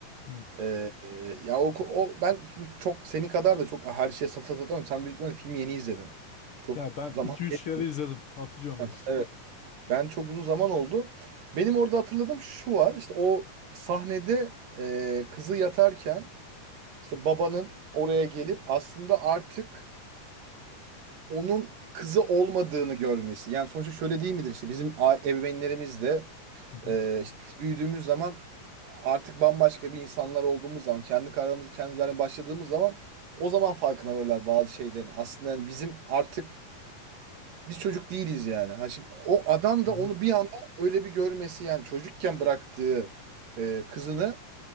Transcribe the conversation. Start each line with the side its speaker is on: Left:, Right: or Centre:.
Left: Hı.
Right: Ee, e, ya o, o ben şimdi çok seni kadar da çok her şeye satır satır atlamam. Sen büyük ihtimalle filmi yeni izledin. Çok
Left: Yani ben
Right: zaman
Left: iki üç
Right: geçmiş.
Left: kere izledim. Hatırlıyorum
Right: Heh,
Left: her şeyi.
Right: <laughs> Evet. Ben çok uzun zaman oldu. Benim orada hatırladığım şu var. İşte o sahnede e, kızı yatarken işte babanın oraya gelip aslında artık onun kızı olmadığını görmesi. Yani sonuçta şöyle değil midir işte bizim a- ebeveynlerimiz de
Left: Hı hı.
Right: e, işte biz büyüdüğümüz zaman artık bambaşka bir insanlar olduğumuz zaman kendi kararımızı kendimiz vermeye başladığımız zaman o zaman farkına varırlar bazı şeylerin. Aslında yani bizim artık biz çocuk değiliz yani. Ha şimdi o adam
Left: Hı
Right: da
Left: hı.
Right: onu bir anda öyle bir görmesi yani çocukken bıraktığı e, kızını